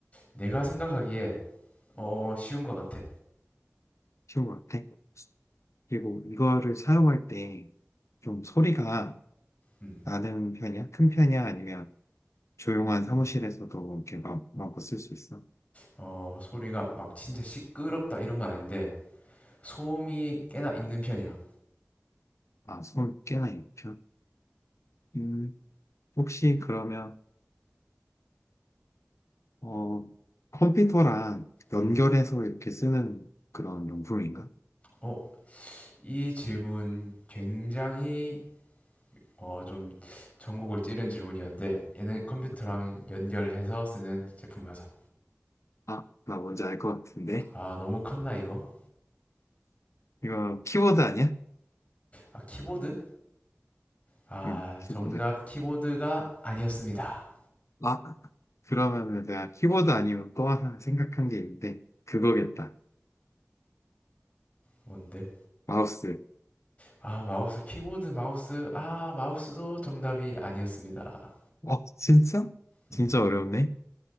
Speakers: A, on the left; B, on the left.
A: 내가 생각하기에 어, 쉬운 것 같아.
B: 쉬운 것 같아. 그리고 이거를 사용할 때 좀 소리가
A: 음,
B: 나는 편이야? 큰 편이야? 아니면 조용한
A: 음,
B: 사무실에서도 이렇게 마, 마음껏 쓸 수 있어.
A: 어, 소리가 막 진짜 시끄럽다 이런 건 아닌데 소음이 꽤나 있는 편이야.
B: 아, 손 꽤나 익혀. 음, 혹시 그러면, 어, 컴퓨터랑 연결해서
A: 음,
B: 이렇게 쓰는 그런 용품인가?
A: 어, 이 질문 굉장히 어, 좀 전곡을 찌른 질문이었는데 얘는 컴퓨터랑
B: 음.
A: 연결해서 쓰는 제품이 맞아.
B: 아, 나 뭔지 알 것 같은데.
A: 아, 너무 컸나 이거?
B: 이거 키보드 아니야?
A: 아, 키보드? 아,
B: 응, 키보드.
A: 정답 키보드가 아니었습니다.
B: 아, 그러면은 내가 키보드 아니면 또 하나 생각한 게 있는데, 그거겠다.
A: 뭔데?
B: 마우스.
A: 아, 마우스, 키보드, 마우스. 아, 마우스도 정답이 아니었습니다.
B: 어, 진짜?
A: 음,
B: 진짜 어려웠네.